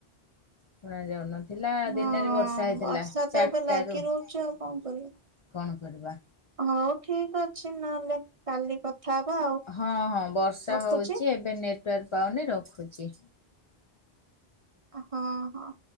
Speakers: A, on the left; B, on the right.
A: ଶୁଣା ଯାଉନ ଥିଲା
B: ହଁ
A: ଦିନରେ ବର୍ଷା ହେଇଥିଲା,
B: ବର୍ଷା ତ
A: ଚାରିଟାରୁ
B: ଏବେ ଲାଗି ରହୁଛି
A: କଣ
B: ଆଉ କରିବା।
A: କରିବା।
B: ହଉ ଠିକ ଅଛି ନହେଲେ, କାଲି କଥା ହବା ଆଉ।
A: ହଁ-ହଁ ବର୍ଷା
B: ରଖୁଛି
A: ହଉଛି ଏବେ ନେଟୱାର୍କ ପାଉନି ରଖୁଚି।
B: ହଁ-ହଁ।